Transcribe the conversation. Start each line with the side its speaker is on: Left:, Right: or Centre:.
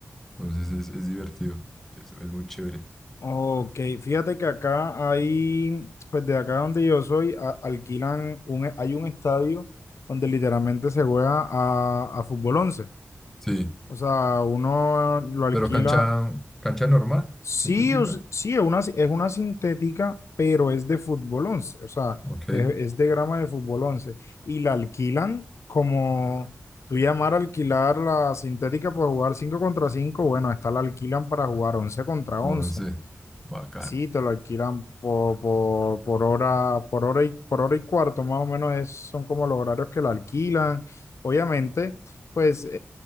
Centre: Entonces es, es divertido, es, es muy chévere.
Left: Ok, fíjate que acá hay, pues de acá donde yo soy, a- alquilan, un, hay un estadio donde literalmente se juega a, a fútbol once
Centre: Sí,
Left: O sea, uno lo alquila
Centre: pero cancha, cancha normal,
Left: Sí,
Centre: sintética,
Left: o s- sí, es una, es una sintética, pero es de fútbol 11, o sea,
Centre: ok,
Left: es, es de grama de fútbol 11 y la alquilan como tú llamar a alquilar la sintética para jugar 5 contra 5, bueno, esta la alquilan para jugar 11 contra 11.
Centre: 11, bacano.
Left: Sí, te lo alquilan por, por, por hora, por hora y por hora y cuarto, más o menos es- son como los horarios que la alquilan. Obviamente, pues eh,